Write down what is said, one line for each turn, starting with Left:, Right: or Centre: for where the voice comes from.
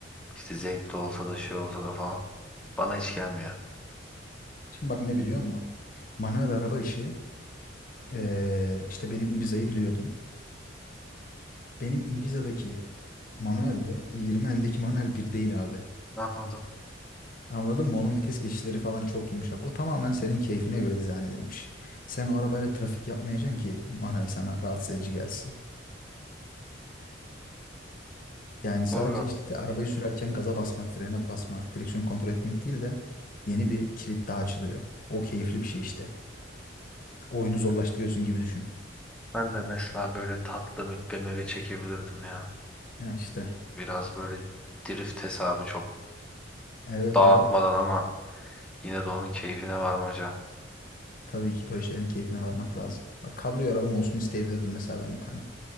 Centre: işte zevkli olsa da şey olsa da falan. Bana hiç gelmiyor.
Left: Şimdi bak ne biliyor musun? Manuel araba işi eee, işte benim Ibiza'yı biliyordun. Benim Ibiza'daki manuelle 20 endeki manuel bir değil abi.
Centre: Anladım.
Left: Anladın mı? Onun vites geçişleri falan çok yumuşak. O tamamen senin keyfine göre dizayn edilmiş. Sen o arabayla trafik yapmayacaksın ki manuel sana rahatsız edici gelsin. Yani sadece
Centre: Doğru.
Left: işte arabayı sürerken gaza basmak, frene basmak, direksiyonu kontrol etmek değil de yeni bir kilit daha açılıyor. O keyifli bir şey işte. Oyunu zorlaştırıyorsun gibi düşün.
Centre: Ben de mesela böyle tatlı bir BMW çekebilirdim ya.
Left: Ya işte.
Centre: Biraz böyle drift hesabı çok
Left: Evet
Centre: dağıtmadan
Left: abi.
Centre: ama yine de onun keyfine varmaca.
Left: Tabii ki böyle şeylerin keyfine varmak lazım. Bak kabrio arabam olsun isteyebilirdim mesela ben bir tane.